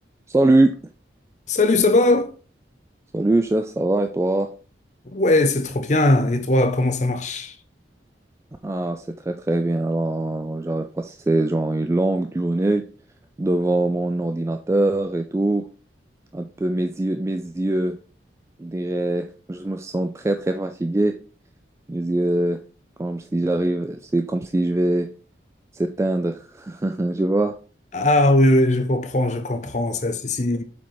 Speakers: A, on the right (about 15°); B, on the left (about 40°).
A: Salut,
B: Salut, ça va?
A: salut chef, ça va et toi?
B: Ouais, c'est trop bien. Et toi, comment ça marche?
A: Ah, c'est très très bien. Alors, j'avais passé genre une longue journée devant mon ordinateur et tout. Un peu mes yeux, mes yeux, je dirais, je me sens très très fatigué. Mes yeux, comme si j'arrive, c'est comme si je vais s'éteindre, <laughs> je vois.
B: Ah oui, oui, je comprends, je comprends. Ça, c'est, c'est,